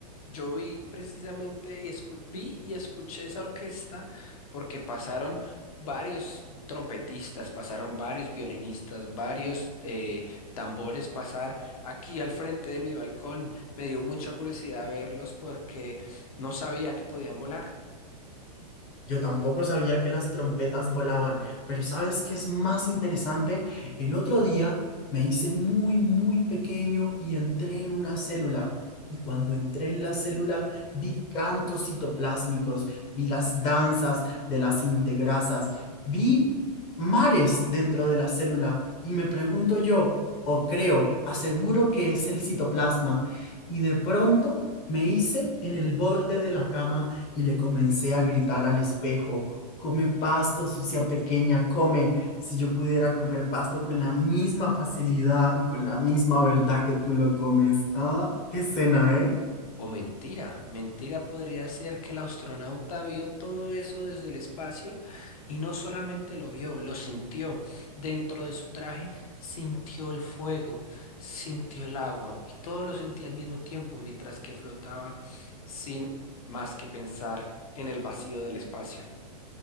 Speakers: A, on the left; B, on the left.
A: Yo vi precisamente, y escu- vi y escuché esa orquesta porque pasaron varios trompetistas, pasaron varios violinistas, varios eh, tambores pasar aquí al frente de mi balcón. Me dio mucha curiosidad verlos porque no sabía que podían volar.
B: Yo tampoco sabía que las trompetas volaban, pero ¿sabes qué es más interesante? El otro día me hice muy, muy pequeño y entré en una célula. Y cuando entré en la célula, vi cantos citoplásmicos, vi las danzas de las integrasas, vi mares dentro de la célula. Y me pregunto yo, o creo, aseguro que es el citoplasma. Y de pronto me hice en el borde de la cama y le comencé a gritar al espejo, come pasto, sucia pequeña, come. Si yo pudiera comer pasto con la misma facilidad y con la misma verdad que tú lo comes. Ah, qué cena, ¿eh?
A: O mentira, mentira podría ser que el astronauta vio todo eso desde el espacio y no solamente lo vio, lo sintió. Dentro de su traje sintió el fuego, sintió el agua y todo lo sentía al mismo tiempo mientras que flotaba sin más que pensar en el vacío del espacio.